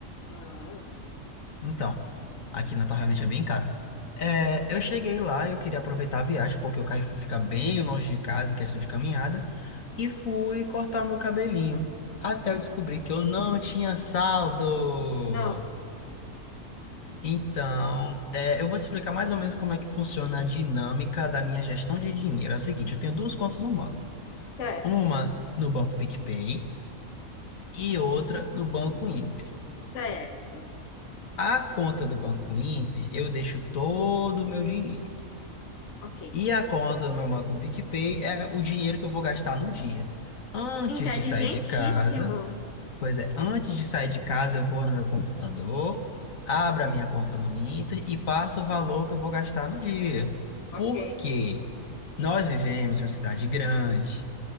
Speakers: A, on the left; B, on the left.
A: Ah,
B: Então, aqui Natal realmente é bem caro. É, eu cheguei lá, eu queria aproveitar a viagem, porque o Carrefour fica bem longe de casa em questão de caminhada, e fui cortar o meu cabelinho. Até eu descobri que eu não tinha saldo.
A: não,
B: Então, é, eu vou te explicar mais ou menos como é que funciona a dinâmica da minha gestão de dinheiro. É o seguinte, eu tenho duas contas no banco.
A: certo,
B: Uma no Banco PicPay e outra no Banco Inter.
A: certo.
B: A conta do Banco Inter, eu deixo todo o meu dinheiro.
A: Ok.
B: E a conta do meu banco PicPay é o dinheiro que eu vou gastar no dia. Antes
A: Inteligentíssimo.
B: de sair de casa, pois é, antes de sair de casa, eu vou no meu computador, abro a minha conta no Inter e passo o valor que eu vou gastar no dia.
A: Ok.
B: Porque nós vivemos em uma cidade grande.